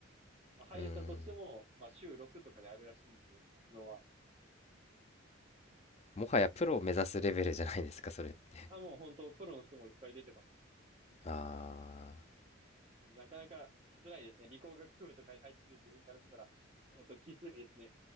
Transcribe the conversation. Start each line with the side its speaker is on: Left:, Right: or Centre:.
Right: まあ、入れたとしても、
Left: うーん。
Right: まあ週6とかであるらしいんで、活動は。
Left: もはやプロを目指すレベルじゃないですか、それって。
Right: まあ、もう本当プロの人もいっぱい出てますよ。
Left: あー。
Right: なかなか辛いですね。理工学部とかに入ってる自分からしたら、ちょっときついですね。